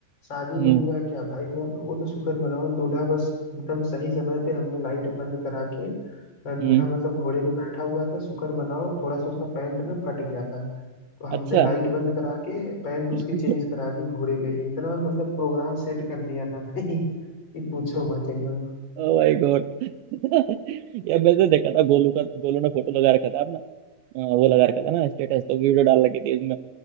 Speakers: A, on the left; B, on the right.
A: शादी
B: हम्म
A: में हुआ क्या भाई साहब वो तो शुक्र मनाओ दूल्हा बस एकदम सही समय पे हमने लाइट बंद करा के अ,
B: हम्म
A: दूल्हा मतलब घोड़े पे बैठा हुआ था शुक्र मनाओ थोड़ा सा उसका पैंट ना फट गया था तो हमने
B: अच्छा
A: लाइट बंद करा के पैंट
B: <laughs>
A: उसकी चेंज करा दी घोड़े पे ही इतना मतलब प्रोग्राम सेट कर दिया ना भाई कि पूछो मत एकदम
B: ओ माय गॉड <laughs> यार मैंने देखा था गोलू का गोलू ने फोटो लगा रखा था अपना अ, वो लगा रखा था ना स्टेटस तो वीडियो डाल रखी थी उसमें